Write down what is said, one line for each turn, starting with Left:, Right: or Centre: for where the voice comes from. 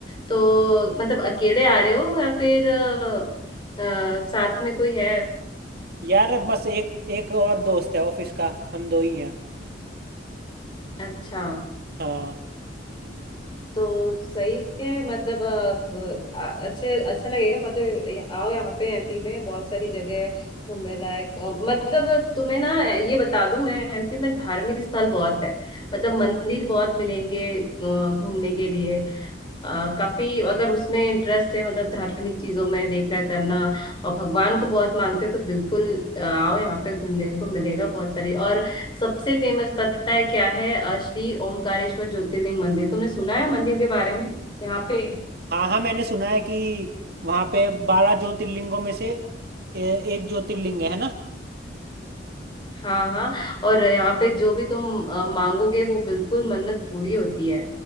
Left: तो मतलब अकेले आ रहे हो या फिर अ, अ, साथ में कोई है
Right: यार अब बस एक एक और दोस्त है ऑफिस का हम दो ही हैं
Left: अच्छा
Right: हाँ
Left: तो सही है मतलब अ, अ, अच्छे अच्छा लगेगा मतलब य- आओ यहाँ पे एमपी में बहुत सारी जगह है घूमने लायक अ, मतलब तुम्हें ना ये बता दूं मैं एमपी में धार्मिक स्थल बहुत है मतलब मंदिर बहुत मिलेंगे अ, घूमने के लिए अ, काफी अगर उसमें इंटरेस्ट है मतलब धार्मिक चीजों में देखना करना और भगवान को बहुत मानते हो तो बिल्कुल अ, आओ यहाँ पे घूमने को मिलेगा बहुत सारी और सबसे फेमस पता है क्या है अ, श्री ओमकारेश्वर ज्योतिर्लिंग मंदिर तुमने सुना है मंदिर के बारे में यहाँ पे
Right: हाँ हाँ मैंने सुना है कि वहां पे बारह ज्योतिर्लिंगों में से ए, एक ज्योतिर्लिंग है ना
Left: हाँ हाँ और यहाँ पे जो भी तुम अ, मांगोगे वो बिल्कुल मन्नत पूरी होती है